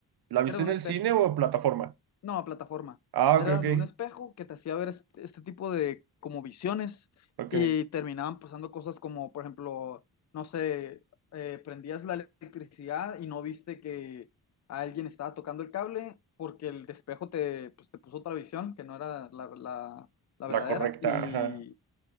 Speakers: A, on the right; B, on the left.
A: la viste
B: era de
A: en
B: un
A: el
B: espejo.
A: cine o en plataforma?
B: No, plataforma.
A: Ah,
B: Era
A: ok, ok.
B: de un espejo que te hacía ver este, este tipo de como visiones
A: Ok.
B: y terminaban pasando cosas como, por ejemplo, no sé, eh, prendías la electricidad y no viste que alguien estaba tocando el cable porque el espejo te, pues, te puso otra visión que no era la, la- la verdadera
A: La correcta,
B: y,
A: ajá.